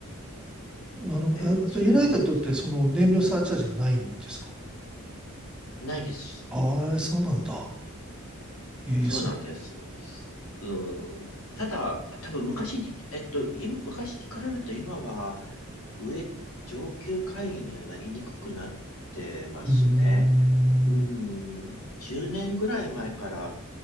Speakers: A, in the centre; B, on the left.
A: なるほど。
B: えーそれはありましたね。
A: あじゃあ、ユナイテッドってその燃料サーチャージがないんですか
B: ないです。
A: ああ、そうなんだ。えー、
B: そうなんです。
A: す、
B: うん。ただ、多分昔に、えっと、今昔に比べると今は、上、上級会員にはなりにくくなってますね。
A: うーん、
B: うん、
A: う
B: 10年ぐらい前から、